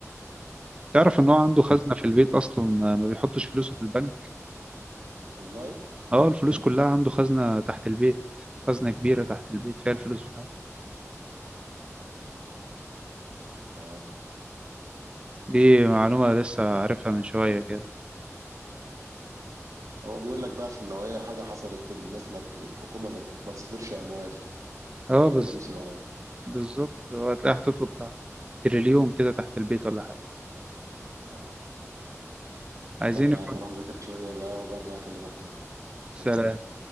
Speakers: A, on the right; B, on the right.
A: تعرف ان هو عنده خزنة في البيت اصلا آه، ما بيحطش فلوسه في البنك
B: والله
A: اه الفلوس كلها عنده خزنة تحت البيت خزنة كبيرة تحت البيت فيها الفلوس بتاعته
B: اه
A: دي معلومة لسه عارفها من شوية كده
B: هو بيقول لك بقى عشان لو اي حاجه حصلت الناس ما ت- الحكومه ما ت- ما تصدرش اموال
A: اه بز-
B: يبقى فلوسي معايا
A: بالظبط هو هتلاقيها هتطلب بتاع تريليون كده تحت البيت ولا حاجة
B: اه والله انت بتقول فيها
A: عايزين
B: يلا
A: يحطوا
B: يا عم راح اذاكر شويه بقى وبرجع اكلمك تاني سلام
A: سلام